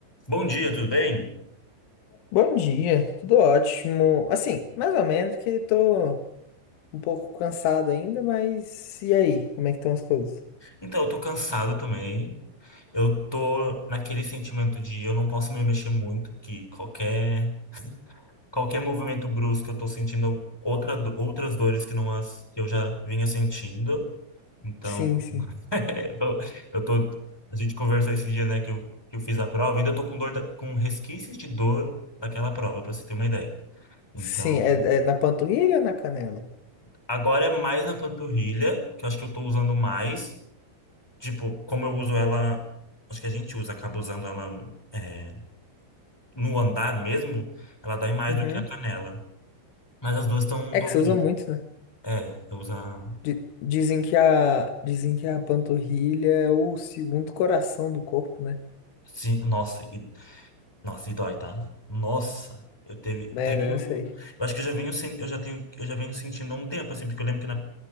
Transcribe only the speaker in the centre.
Bom dia, tudo bem?
Então, eu tô cansado também. Eu tô naquele sentimento de eu não posso me mexer muito, que qualquer qualquer movimento brusco eu tô sentindo outra, do- outras dores que não as que eu já vinha sentindo. Então,
<laughs> eu tô, eu tô- a gente conversou esses dias, né, que eu, que eu fiz a prova, ainda tô com dor da- com resquícios de dor daquela prova, pra você ter uma ideia. Então,
agora é mais na panturrilha, que eu acho que eu tô usando mais. Tipo, como eu uso ela, acho que a gente usa, acaba usando ela é, no andar mesmo, ela dói mais
do que a canela. Mas as duas estão
doloridas.
É, eu uso. a-
Sim, nossa, e, nossa, e dói, tá? Nossa, eu teve,
teve
um. Eu acho que eu já venho, sen- eu já tenho, eu já venho sentindo há um tempo, assim, porque eu lembro que na-